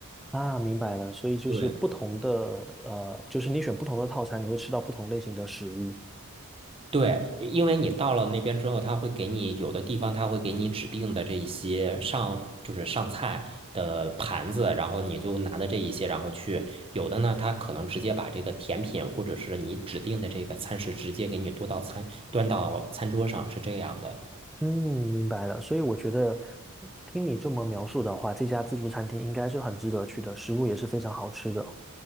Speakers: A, in the centre; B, on the right (about 25°).
A: 啊，明白了，所以就是不同的，
B: 对。
A: 呃，就是你选不同的套餐，你会吃到不同类型的食物。
B: 对，因为你到了那边之后，他会给你有的地方他会给你指定的这一些上就是上菜的盘子，然后你就拿的这一些，然后去有的呢，他可能直接把这个甜品或者是你指定的这个餐食直接给你端到餐端到餐桌上，是这样的。
A: 嗯，明白了。所以我觉得听你这么描述的话，这家自助餐厅应该是很值得去的，食物也是非常好吃的。